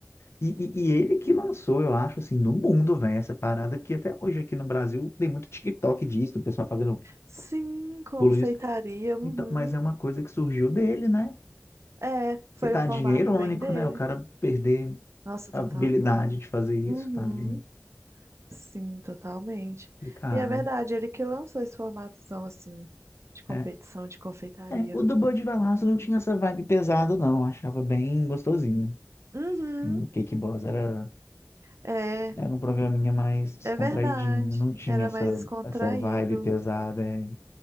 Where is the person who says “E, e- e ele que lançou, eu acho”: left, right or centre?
Left